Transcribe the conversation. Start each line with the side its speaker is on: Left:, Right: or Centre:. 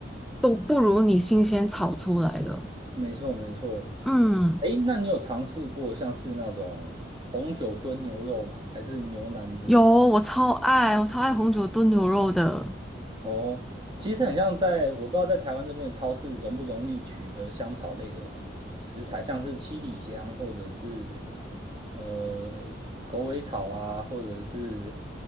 Centre: 都不如你新鲜炒出来的。
Right: 没错没错。
Centre: 嗯。
Right: 哎，那你有尝试过像是那种红酒炖牛肉吗？还是牛腩之类的？
Centre: 有，我超爱，我超爱红酒炖牛肉的，
Right: 哦，其实很像在，我不知道在台湾这边的超市容不容易取得香草类的食材，像是七里香或者是呃狗尾草啊，或者是